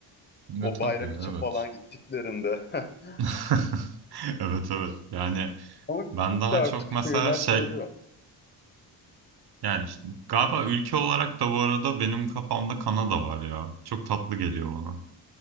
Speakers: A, on the right (about 65°); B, on the left (about 25°).
A: Ne
B: O
A: tabii
B: bayram
A: evet.
B: için falan gittiklerinde. <laughs>
A: <laughs> Evet evet. Yani
B: Ama gittikçe
A: ben daha
B: artık
A: çok mesela
B: şehirler
A: şey
B: şey oluyor.
A: yani işte galiba ülke olarak da bu arada benim kafamda Kanada var ya. Çok tatlı geliyor bana.